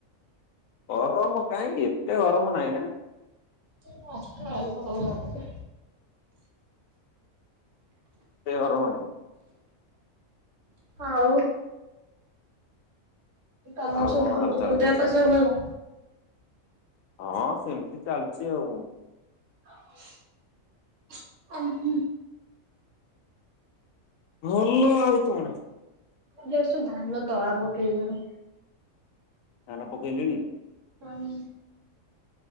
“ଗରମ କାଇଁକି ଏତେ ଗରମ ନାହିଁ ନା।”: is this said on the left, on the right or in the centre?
Left